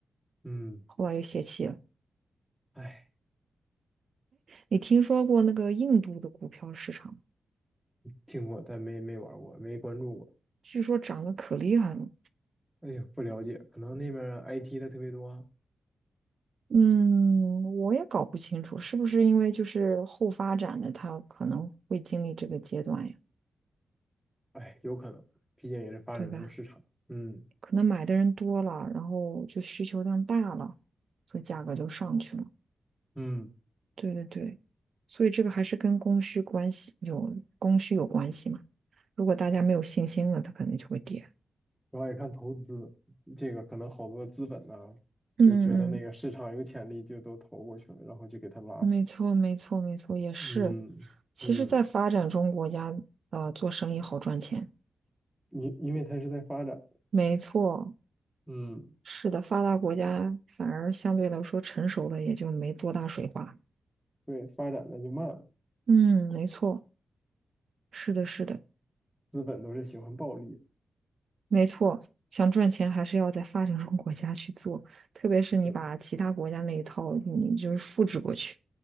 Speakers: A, in the centre; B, on the right (about 60°).
A: 嗯，
B: 后来又泄气了。
A: 哎，
B: 你听说过那个印度的股票市场，
A: 听过，但没没玩过，没关注过。
B: 据说涨得可厉害了。
A: 哎呀，不了解，可能那边 IT 的特别多。
B: 嗯，我也搞不清楚，是不是因为就是后发展的，它可能会经历这个阶段呀，
A: 哎，有可能，毕竟也是发展中市场。
B: 对吧？
A: 嗯，
B: 可能买的人多了，然后就需求量大了，所以价格就上去了。
A: 嗯，
B: 对对对，所以这个还是跟供需关系有供需有关系嘛。如果大家没有信心了，它可能就会跌。
A: 主要也看投资，这个可能好多资本呢，
B: 嗯嗯，
A: 就觉得那个市场有潜力，就都投过去了，然后就给它拉起来。
B: 没错没错没错，也是。
A: 嗯，
B: 其实，
A: 嗯，
B: 在发展中国家，呃，做生意好赚钱。
A: 因因为它是在发展，
B: 没错，
A: 嗯，
B: 是的，发达国家反而相对来说成熟了，也就没多大水花。
A: 对，发展的就慢了，
B: 嗯，没错，是的，是的。
A: 资本都是喜欢暴利的。
B: 没错，想赚钱还是要在发展中国家去做，特别是你把其他国家那一套，
A: 是的，
B: 你就是复制过去，